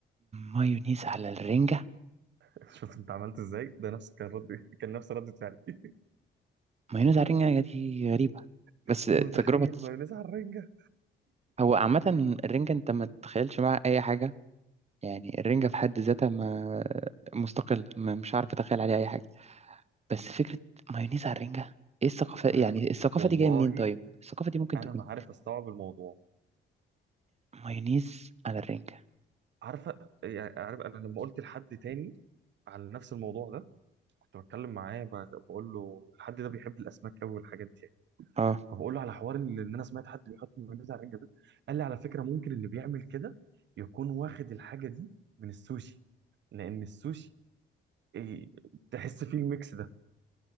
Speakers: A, on the right; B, on the right.
A: مايونيز على الرنجة
B: <laughs> شفت أنت عملت إزاي؟ ده نفس كان رد <laughs> كان نفس ردة فعلي <laughs>
A: مايونيز على الرنجة دي غريبة بس
B: أنت متخيل
A: تجربة
B: مايونيز على الرنجة؟
A: هو عامة الرنجة انت ما تتخيلش معاها أي حاجة يعني الرنجة في حد ذاتها ما مستقلة ما مش عارف أتخيل عليها أي حاجة بس فكرة مايونيز على الرنجة ايه الثقافة
B: ما
A: يعني
B: أنا
A: الثقافة
B: والله
A: دي جاية منين طيب؟ الثقافة دي ممكن
B: أنا
A: تكون
B: ما عارف أستوعب الموضوع
A: مايونيز على الرنجة
B: عارفة يعني عارف أنا لما قلت لحد تاني على نفس الموضوع ده كنت بتكلم معاه ب- بقول له الحد ده بيحب الأسماك أوي والحاجات دي
A: اه
B: فبقول له على حوار اللي ان انا سمعت حد بيحط مايونيز على الرنجه ده قال لي على فكره ممكن اللي بيعمل كده يكون واخد الحاجه دي من السوشي لان السوشي إيه، تحس فيه الميكس ده